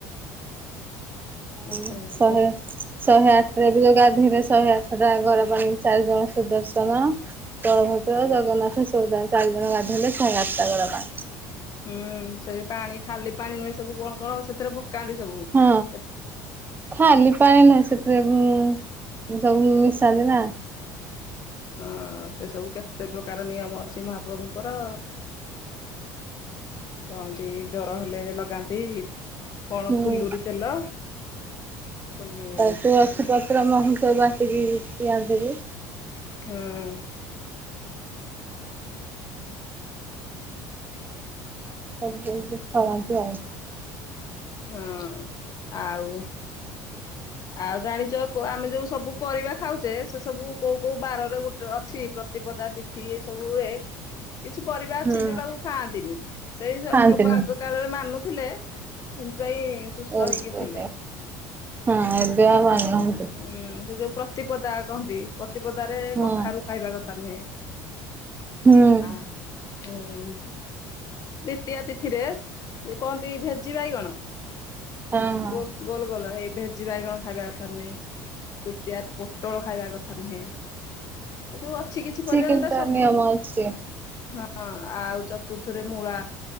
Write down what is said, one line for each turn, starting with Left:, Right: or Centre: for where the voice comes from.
Left: ଠାକୁରଙ୍କ
Right: ଯାଉ ଶହେ
Left: ତ
Right: ଶହେ ଆଠଟରେ ଏବେ ଯୋଉ ଗାଧୋଇଲେ ଶହେ ଆଠଟା ଗରା ପାଣି ଚାରି ଜଣ ସୁଦର୍ଶନ। ବଳଭଦ୍ର ଜଗନ୍ନାଥ ସୁଭଦ୍ରା ଚାରି ଜଣ ଗାଧୋଇଲେ ଶହେ ଆଠଟା ଗରା ପାଣି।
Left: ହୁଁ ସେଇ ପାଣି ଖାଲି ପାଣି ନୁହେଁ ସବୁ କଣ କଣ ସେଥିରେ ପ କାନ୍ତି ସବୁ।
Right: ହଁ
Left: କେତେ
Right: ଖାଲି ପାଣି ନାହିଁ ସେ ସେଆକୁ ସବୁ ମିଶାନ୍ତି ନା।
Left: ହଁ ସେ ସବୁ କେତେ ପ୍ରକାର ନିୟମ ଅଛି ମହାପ୍ରଭୁଙ୍କର। କହନ୍ତି ଜର ହେଲେ ଲଗାନ୍ତି କଣ
Right: ହୁଁ
Left: ଫୁଲୁରୀ ତେଲ। ସବୁ
Right: ଆଉ ତୁଳସୀ
Left: ହଁ
Right: ପତ୍ର ମହୁ ସବୁ ବାଟିକି ପିଆଇଦେବେ।
Left: ହଁ।
Right: ସବୁ ଏମିତି କରନ୍ତି ଆଉ।
Left: ହଁ ଆଉ ଆଉ ଜାଣିଚ ଆମେ ଯୋଉ ସବୁ ପରିବା ଖାଉଚେ ସେ ସବୁ କୋଉ କୋଉ ବାରରେ ଗୋଟେ ଅଛି ପ୍ର ପ୍ରତିପଦା ତିଥି ଏସବୁ ସବୁ ହୁଏ। କିଛି ପରିବା
Right: ହୁଁ
Left: ଅଛି ଯୋଉଟାକୁ ଖାଆନ୍ତିନି ସେଇ ସବୁ
Right: ଖାଆନ୍ତିନି
Left: ଲୋକ ଆଗ କାଳରେ ମାନୁଥିଲେ ସେଇଥିପାଇଁ ସୁସ୍ଥ
Right: ଏବେ
Left: ହେଇକି ଥିଲେ
Right: ହଁ
Left: ଆଛା।
Right: ଏବେ
Left: ହୁଁ
Right: ଆଉ ମାନୁନାହାନ୍ତି
Left: ସେ ଯୋଉ ପ୍ରତିପଦା କହନ୍ତି ପ୍ରତିପଦରେ
Right: ହଁ
Left: କଖାରୁ ଖାଇବା କଥା ନୁହେଁ।
Right: ହୁଁ
Left: ଆ ହୁଁ ଦ୍ୱିତୀୟା ତିଥିରେ ଯୋଉ କହନ୍ତି ଭେ ଜି ବାଇଗଣ
Right: ହଁ ହଁ
Left: ଗୋଲ ଗୋଲ ଗୋଲ ଏ ଭେଜି ବାଇଗଣ ଖାଇବା କଥା ନୁହେଁ। ତୃତୀୟା ପୋଟଳ ଖାଇବା କଥା ନୁହେଁ ଏ ଯୋଉ ଅଛି କିଛି ପରିବା
Right: କିନ୍ତୁ
Left: ଯୋଉଟା
Right: ତାର
Left: ସବୁ
Right: ନିୟମ ଅଛି
Left: ହଁ ଆଉ ତୁର୍ଥୀରେ ମୂଳା